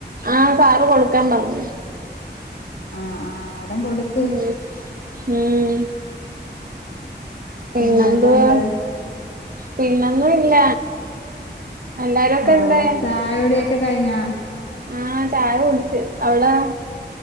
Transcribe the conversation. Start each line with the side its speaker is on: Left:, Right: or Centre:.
Right: ആഹ് സാറ് കൊടുക്കാൻ പറന്നു
Left: ആഹ് ആഹ് അരം കൊടുക്
Right: ഉം ഉം പിന്നെന്തുവാ
Left: പിന്നെന്തോണ്ട്
Right: പിന്നൊന്നും ഇല്ല എല്ലാരും ഒക്കെ
Left: ആഹ്
Right: എന്തേ
Left: ചായകുടിയൊക്കെ കഴിഞ്ഞാ
Right: ആഹ് ചായ കുടിച്ച്, അവിടാ?